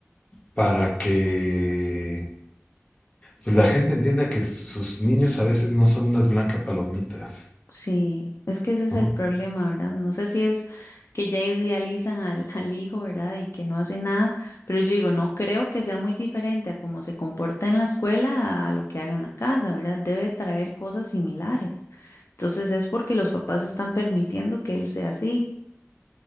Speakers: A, on the left (about 25°); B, on the left (about 65°).
A: para que pues, la gente entienda que su- sus niños a veces no son unas blancas palomitas,
B: Sí, es que ese es
A: ¿no?
B: el problema, ¿verdad? No sé si es que ya idealizan al, <laughs> al hijo, ¿verdad? Y que no hace nada, pero yo digo, no creo que sea muy diferente a cómo se comporta en la escuela a lo que haga en la casa, ¿verdad? Debe traer cosas similares. Entonces es porque los papás están permitiendo que él sea así.